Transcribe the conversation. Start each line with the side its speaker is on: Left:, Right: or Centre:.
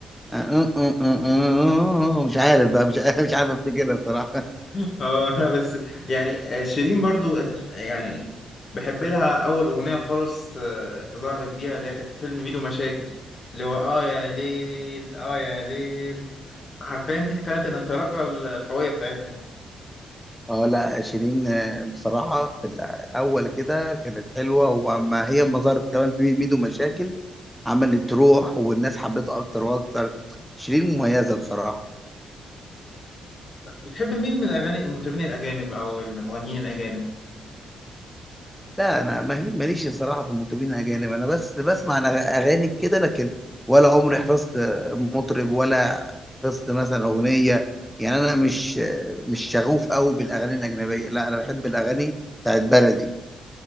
Centre: آه، آه، آه، آه، آه. مش عارف بقى مش <laughs> مش عارف افتكرها بصراحه
Left: <laughs> اه لا بس يعني آه، شيرين برضو آه، يعني بحب لها اول اغنية خالص آه، ظهرت بيها اللي هي كانت في فيلم ميدو مشاكل اللي هو اه يا ليل اه يا ليل حرفيا دي كانت الانطلاقة القوية بتاعتها
Centre: اه لا شيرين آه، بصراحه في الاول كده كانت حلوه واما هي ما ظهرت كمان في ميدو مشاكل عملت روح والناس حبيتها اكتر واكتر شيرين مميزه بصراحه
Left: طب بتحب مين من الاغاني المطربين الاجانب او المغنيين الاجانب
Centre: لا انا ما- ماليش بصراحه في المطربين الاجانب انا بس بسمع أنا اغاني كده لكن ولا عمري حفظت مطرب ولا حفظت مثلا اغنيه يعني انا مش مش شغوف قوي بالاغاني الاجنبيه لا انا بحب الاغاني بتاعت بلدي